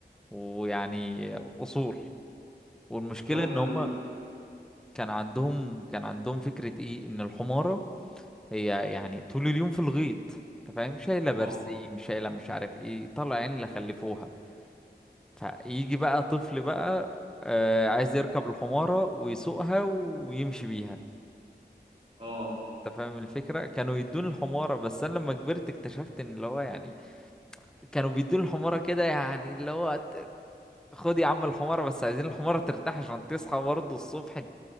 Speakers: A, in the centre; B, on the right.
A: ويعني اصول والمشكلة
B: رغم
A: ان هما
B: ان
A: كان عندهم كان عندهم فكرة ايه ان الحمارة هي يعني طول اليوم في الغيط انت فاهم شايله برسيم
B: اه
A: شايله مش عارف ايه طلع عين اللي خلفوها فيجي بقى طفل بقى آه عايز يركب الحماره ويسوقها ويمشي بيها
B: اه
A: انت فاهم الفكره كانوا يدوني الحماره بس انا لما كبرت اكتشفت ان اللي هو يعني كانوا بيدوني الحماره كده يعني اللي هو ت- خد يا عم الحماره بس عايزين الحماره ترتاح عشان تصحى برضه الصبح